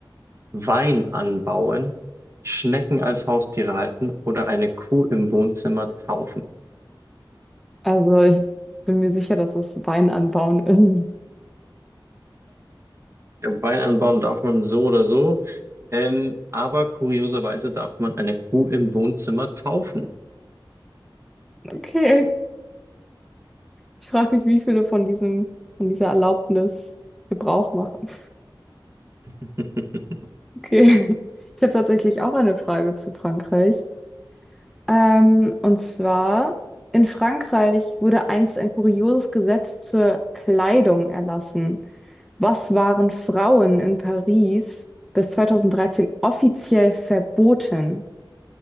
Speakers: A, on the right (about 35°); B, in the centre.
A: Wein anbauen, Schnecken als Haustiere halten oder eine Kuh im Wohnzimmer taufen.
B: Also ich bin mir sicher, dass es Wein anbauen ist.
A: Ich glaube, Wein anbauen darf man so oder so, ähm, aber kurioserweise darf man eine Kuh im Wohnzimmer taufen.
B: Okay. Ich frage mich, wie viele von diesem, von dieser Erlaubnis Gebrauch machen.
A: <laughs>
B: Okay. <laughs> Ich habe tatsächlich auch eine Frage zu Frankreich. Ähm, und zwar, in Frankreich wurde einst ein kurioses Gesetz zur Kleidung erlassen. Was waren Frauen in Paris bis 2013 offiziell verboten?